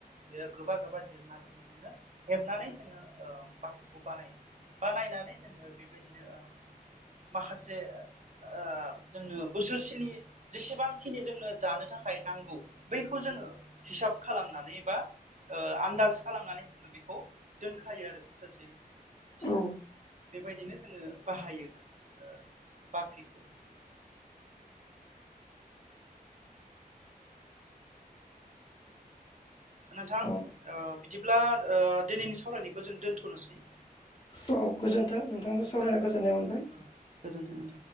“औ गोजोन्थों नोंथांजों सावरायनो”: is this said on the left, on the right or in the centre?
Left